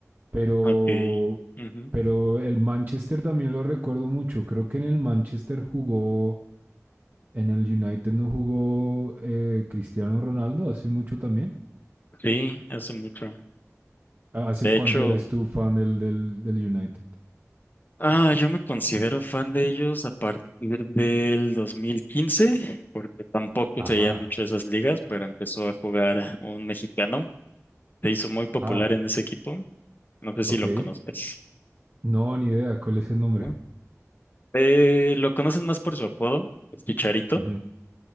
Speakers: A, on the right (about 35°); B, on the left (about 35°).
A: Pero,
B: Ok. Ujú.
A: pero el Manchester también lo recuerdo mucho. Creo que en el Manchester jugó, en el United no jugó eh, Cristiano Ronaldo hace mucho también.
B: Sí, hace mucho.
A: Ah, ¿Hace
B: De
A: cuánto
B: hecho.
A: eres tú fan del, del, del United?
B: Ah, yo me considero fan de ellos a partir del 2015, porque tampoco
A: Ajá,
B: seguía mucho esas ligas, pero empezó a jugar un mexicano. Se hizo muy popular
A: ajá,
B: en ese equipo. No sé si
A: ok.
B: lo conoces,
A: No, ni idea, ¿cuál es el nombre?
B: ¿no? Eh, lo conocen más por su apodo, el Chicharito,
A: Ujú.